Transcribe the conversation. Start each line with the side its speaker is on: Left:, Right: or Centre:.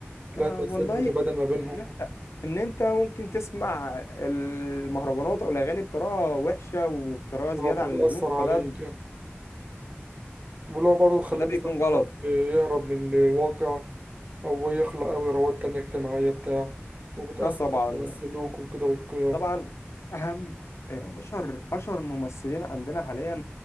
Right: لها
Left: آه
Right: تأثير
Left: والله
Right: متبادل ما بينهم
Left: ان انت ان انت ممكن تسمع المهرجانات او الاغاني بطريقه وحشه وبطريقه زياده
Right: اه فتأثر
Left: عن اللزوم
Right: عليك
Left: فده
Right: واللي هو برضه تخليه
Left: فده
Right: مثلا
Left: بيكون
Right: تعرف
Left: غلط
Right: يهرب من الواقع أو يخلق أوي روابط تانية اجتماعية بتاع وبتأثر
Left: اه طبعا
Right: على السلوك وكده والقيم
Left: طبعا اهم آه، اشهر اشهر الممثلين عندنا حاليا